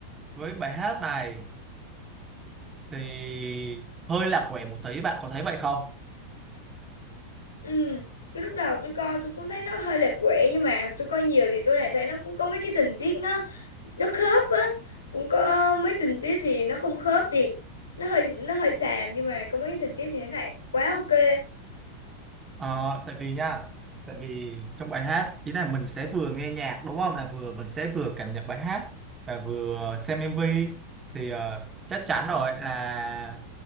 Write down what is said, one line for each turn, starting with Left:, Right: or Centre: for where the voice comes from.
Right: với bài hát này thì hơi lạc quẻ một tí bạn có thấy vậy không
Left: ừ cái lúc đầu tôi coi tôi cũng thấy nó hơi lạc quẻ nhưng mà tôi coi nhiều thì tôi lại thấy nó cũng có mấy cái tình tiết nó nó khớp á cũng có mấy tình tiết thì nó không khớp thì nó hơi nó hơi xàm nhưng mà có mấy tình tiết thì nó lại quá ok
Right: Ờ, tại vì nha, tại vì trong bài hát ý là mình sẽ vừa nghe nhạc đúng không là vừa mình sẽ vừa cảm nhận bài hát và vừa xem MV thì ờ, chắc chắn rồi là